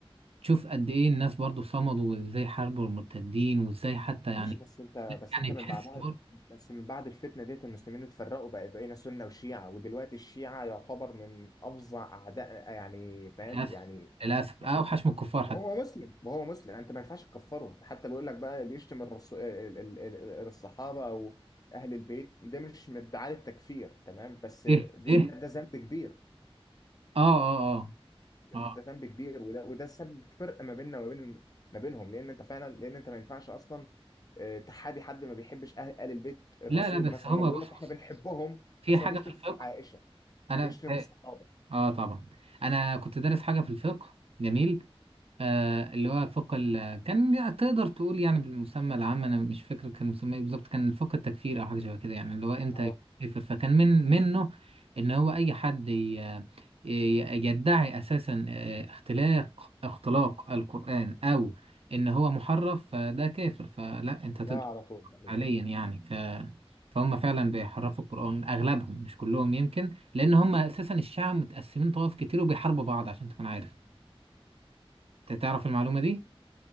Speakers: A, on the right (about 75°); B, on the left (about 40°).
A: تشوف قد ايه الناس برضو صمدوا وازاي حاربوا المرتدين وازاي حتى يعني
B: ماشي بس انت بس
A: يعني
B: انت
A: تحس
B: من بعدها
A: برضو
B: بس من بعد الفتنه ديت المسلمين اتفرقوا بقى بقينا سنه وشيعه ودلوقتي الشيعه يعتبر من افظع اعداء يعني فاهم
A: للأسف
B: يعني
A: للأسف
B: يعني
A: اوحش من الكفار حتى
B: وهو مسلم وهو مسلم يعني انت ما ينفعش تكفره حتى بيقول لك بقى بيشتم الرسو... ال- ال- ال- الصحابه او اهل البيت ده مش من ادعاء التكفير تمام بس
A: ايه
B: دي-
A: ايه
B: ده, ده ذنب كبير
A: اه اه اه
B: ده
A: اه
B: ذنب كبير وده وده سبب فرق ما بيننا وما بين ما بينهم لان انت فعلا لان انت ما ينفعش اصلا آه، تحابي حد ما بيحبش اهل آل البيت الرسول
A: لا لا بس
B: مثلا
A: هما
B: هم بيقول
A: بص
B: لك
A: بص
B: احنا بنحبهم
A: في
B: بس
A: حاجة
B: هو بيشتم
A: في
B: في
A: الفقه
B: عائشه
A: انا
B: وبيشتم
A: اه
B: الصحابه
A: آه، طبعا انا كنت دارس حاجة في الفقه جميل آه اللي هو فوق ال... كان تقدر تقول يعني بالمسمى العام انا مش فاكر كان مسمى ايه بالظبط كان فوق التكفير او حاجه شبه كده يعني اللي هو امتى
B: اه
A: يكفر فكان من منه ان هو اي حد ي... ي- يدعي اساسا آه، اختلاق اختلاق القران او ان هو محرف فده كافر فلا انت تقدر
B: لا على طول تقريبا
A: حاليا يعني ف... فهم فعلا بيحرفوا القران اغلبهم مش كلهم يمكن لان هم اساسا الشعب متقسمين طوائف كتير وبيحاربوا بعض عشان تكون عارف انت تعرف المعلومه دي